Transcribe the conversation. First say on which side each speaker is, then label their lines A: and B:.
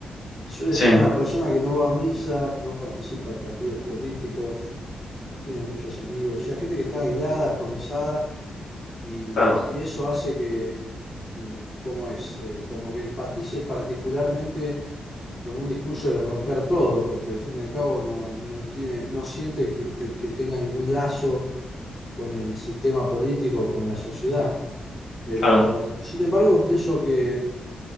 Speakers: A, on the left; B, on the left.
A: Suele
B: sí,
A: ser una persona que no va a misa, no participa en partidos políticos, no tiene muchos amigos, o sea, gente que está aislada, atomizada, y,
B: claro,
A: y eso hace que, mm, ¿cómo es? Eh, como que empatice particularmente con un discurso de romper todo, porque al fin y al cabo no, no tiene, no siente que, te- que tenga ningún lazo con el sistema político, con la sociedad. Pero,
B: claro.
A: sin embargo, pienso que